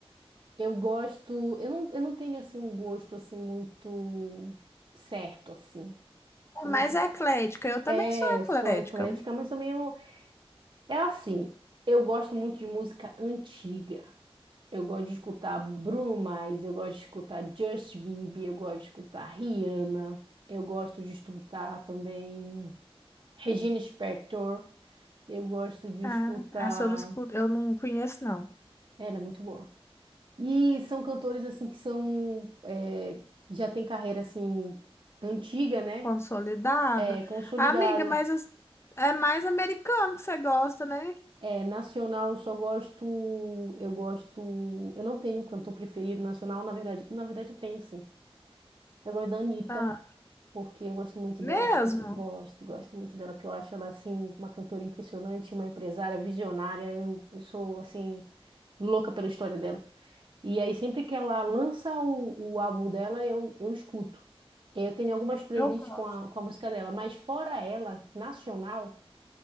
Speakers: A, on the right (about 50°); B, on the left (about 25°).
A: Eu gosto, eu não, eu não tenho assim um gosto assim muito certo assim. Como
B: É mais
A: eu te...
B: eclética, eu também
A: É,
B: sou eclética.
A: eu sou eclética, mas também eu, é assim. Eu gosto muito de música antiga. Eu gosto de escutar Bruno Mars, eu gosto de escutar Justin Bieber, eu gosto de escutar Rihanna, eu gosto de escutar também Regina Spektor, eu gosto de
B: Ah,
A: escutar.
B: essa eu não escuto, eu não conheço, não.
A: Ela é muito boa. E são cantores assim que são é, que já tem carreira assim antiga, né?
B: Consolidada.
A: É, consolidada.
B: Amiga, mas as- é mais americano que você gosta, né?
A: É, nacional eu só gosto, eu gosto, eu não tenho cantor preferido nacional, na verdade, na verdade eu tenho sim. Eu gosto da Anitta.
B: Ah,
A: porque eu gosto muito
B: mesmo?
A: dela, de escuta, gosto, gosto muito dela, porque eu acho ela, assim, uma cantora impressionante, uma empresária visionária, eu, eu sou, assim, louca pela história dela. E aí, sempre que ela lança o, o álbum dela, eu, eu escuto. Eu tenho algumas playlists
B: Eu gosto.
A: com a, com a música dela, mas fora ela, nacional,